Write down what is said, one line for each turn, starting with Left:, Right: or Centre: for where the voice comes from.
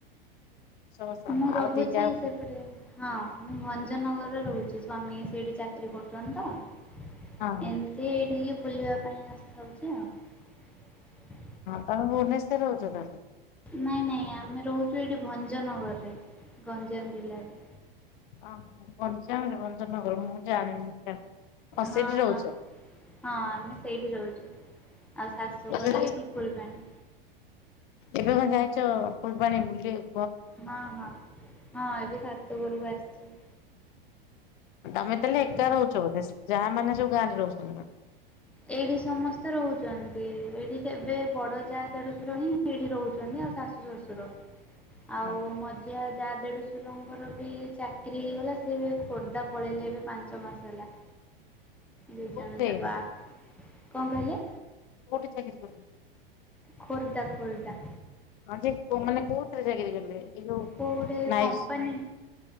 Left: ସବୁ ସାନ
Centre: ମୁଁ ରହୁଛି
Left: ଆଉ ଦି ଯା ହଁ
Centre: ସେପଟେ ହଁ ମୁଁ ଭଞ୍ଜ ଭଞ୍ଜ ନଗରରେ ରହୁଛି ସ୍ୱାମୀ ସେଇଠି ଚାକିରି କରୁଚନ୍ତି ତ
Left: ହଁ
Centre: ଏମିତି ଏଇଠିକି। ବୁଲିବା ପାଇଁ ଆସିଥାଉଛି ଆଉ।
Left: ହଁ ତମେ ଭୁବନେଶ୍ୱରରେ ରହୁଛ ତାହେଲେ।
Centre: ନାଇଁ ନାଇଁ ଆମେ ରହୁଛୁ ଏଠି ଭଞ୍ଜନଗରରେ ଗଞ୍ଜାମ ଜିଲ୍ଲାରେ।
Left: ଅ ହ ଗଞ୍ଜାମ ରେ ଭଞ୍ଜନଗର ମୁଁ ଜାଣିନି ସିଆଡେ ଓ ସେଇଠି
Centre: ହଁ
Left: ରହୁଚ।
Centre: ହଁ ହଁ ଆମେ ସେଇଠି ରହୁଛୁ ଆଉ ଶାଶୁଘର
Left: ଏବେ
Centre: ଏଇଠି ଫୁଲବାଣୀ।
Left: ଏବେ କଣ ଯାଇଛ ଫୁଲବାଣୀ ବୁଲିବାକୁ।
Centre: ହଁ ହଁ ହଁ ଏବେ ଶାଶୁ ଘରକୁ ଆସିଛି।
Left: ତମେ ତାହେଲେ
Centre: ଏଇଠି
Left: ଏକା ରହୁଚ ବୋଧେ ଯାଆ ମାନେ ସବୁ। ଗାଁରେ ରହୁଛନ୍ତି।
Centre: ଏଇଠି ସମସ୍ତେ। ରହୁଛନ୍ତି ଏଇଠି କେବେ ବଡ ଯା ଦେଢଡଶୁର ହିଁ ଏଇଠି ରହୁଛନ୍ତି ଆଉ ଶାଶୁ ଶଶୁର। ଆଉ
Left: ହଁ
Centre: ମଜା ଯା ଦେଢଶରଙ୍କର ବି ଚାକିରରି ହେଇଗଲା ସେ ଏ ଖୋର୍ଦ୍ଧା ପଳେଇଲେ ଏବେ ପାଞ୍ଚ ମାସ ହେଲା। ଦୁ
Left: କୋଉଥିରେ
Centre: ଜଣ ଜାଗ କଣ କହିଲେ?
Left: କୋଉଠି ଚାକିରି କରିଲେ?
Centre: ଖୋର୍ଦ୍ଧା ଖୋର୍ଦ୍ଧା।
Left: ଆ ମାନେ କୋଉଥିରେ ଚାକିରି କଲେ ଏଇ ଯୋ
Centre: କୋଉ ଗୋଟେ
Left: ନାଇ
Centre: କମ୍ପାନୀ